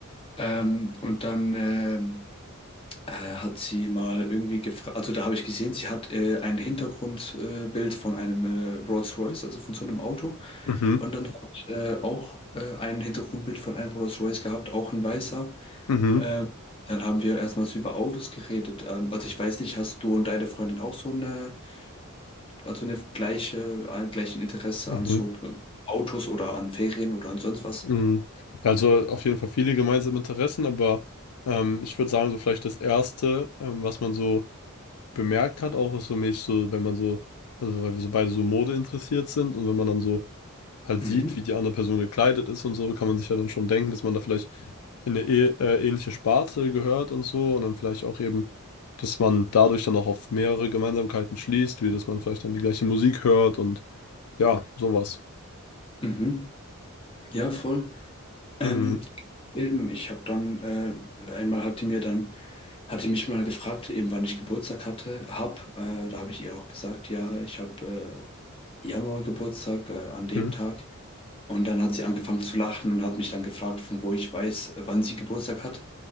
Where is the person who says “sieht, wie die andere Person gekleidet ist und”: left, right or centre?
Left